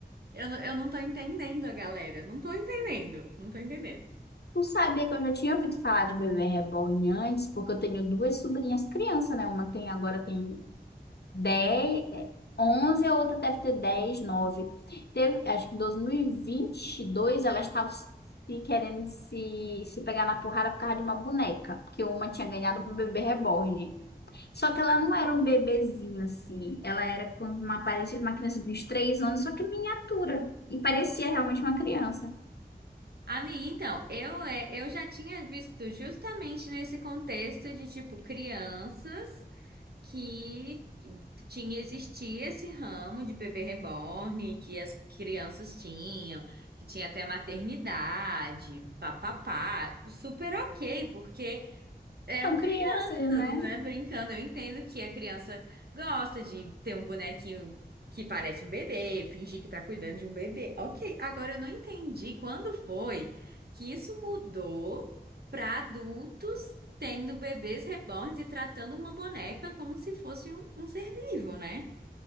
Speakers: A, on the right; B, on the left.
A: eu, não- eu não tô entendendo a galera, não tô entendendo, não tô entendendo.
B: Tu sabia que eu já tinha ouvido falar de bebê reborn antes, porque eu tenho duas sobrinhas criança, né? Uma tem agora tem 10, é, 11, a outra deve ter 10, 9. Teve, acho que em dois. mil e vinte e dois elas estavam se querendo se, se pegar na porrada por causa de uma boneca, porque uma tinha ganhado um bebê reborn. Só que ela não era um bebezinho assim. Ela era com uma aparência de uma criança de uns três anos, só que miniatura. E parecia realmente uma criança.
A: Amiga, então, eu, é, eu já tinha visto justamente nesse contexto de, tipo, crianças que tinha, existia esse ramo de bebê reborn, que as crianças tinham, que tinha até maternidade, papapá, super ok, porque eram
B: São
A: crianças,
B: crianças, né?
A: né? Brincando. Eu entendo que a criança gosta de ter um bonequinho que parece um bebê, fingir que tá cuidando de um bebê. Ok, agora eu não entendi quando foi que isso mudou pra adultos tendo bebês reborns e tratando uma boneca como se fosse um, um ser vivo, né?